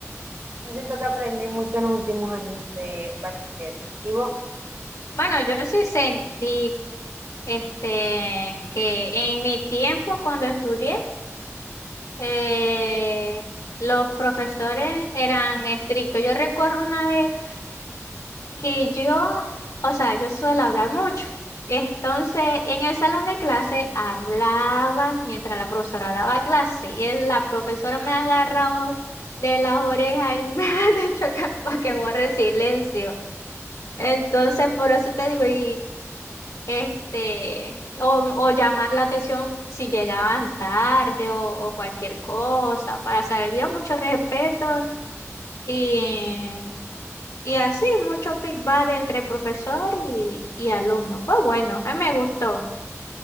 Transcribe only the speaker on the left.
Bueno, yo sí sentí este, que en mi tiempo cuando estudié, eh, los profesores eran estrictos. Yo recuerdo una vez que yo, o sea, yo suelo hablar mucho. Entonces, en el salón de clase hablaba mientras la profesora daba clase y el- la profesora me ha agarrado de las orejas y me <laughs> ha dicho que, para
que borre el silencio. Entonces, por eso te digo, y... este, o, o llamar la atención si llegaban tarde o, o cualquier cosa, para saber, había mucho respeto y, y así, mucho feedback entre profesor y, y alumno. Fue bueno, a mí me gustó.